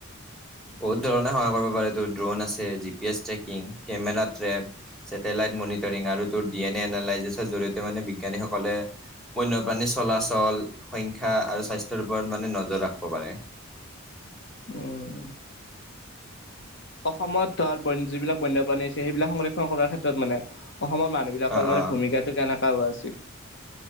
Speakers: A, in the centre; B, on the left.
A: বহুত ধৰণে সহায় কৰিব পাৰে এইটো ড্ৰন আছে G P S tracking camera trap. Satellite monitoring আৰু ত ডি এন এ এনালাইচিছৰ জৰিয়তে মানে বিজ্ঞানীসকলে বন্যপ্ৰাণীৰ চলাচল সংখ্য্া আৰু স্বাস্থ্যৰ ওপৰত মানে নজৰ ৰাখিব পাৰে।
B: উম। অসমত তাৰ ব যিবিলাক বন্যপ্ৰাণী হৈছে সেইবিলাক সংৰক্ষণ কৰাৰ ক্ষেত্ৰত মানে অসমৰ মানুহে এই বিলাকৰ
A: অ',
B: মানে
A: অ',
B: ভূমিকাটো কেনেকা হোৱা আছিল।